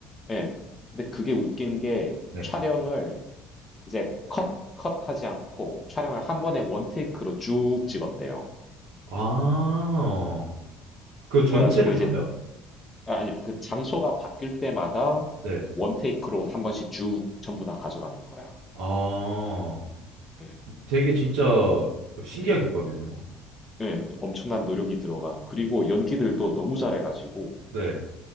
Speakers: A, on the left (about 25°); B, on the right (about 75°).
A: 예. 근데 그게 웃긴 게
B: 네.
A: 촬영을 이제 컷, 컷하지 않고 촬영을 한 번에 원테이크로 쭉 찍었대요.
B: 아 그 전체를
A: 그래가지고
B: 다요?
A: 이제 아, 아니 그 장소가 바뀔 때마다
B: 네.
A: 원테이크로 한 번씩 쭉 전부 다 가져가는 거야.
B: 아.
A: 예.
B: 되게 진짜 신기한
A: 예.
B: 기법이네요.
A: 예. 엄청난 노력이 들어간. 그리고 연기들도 너무 잘해가지고
B: 네.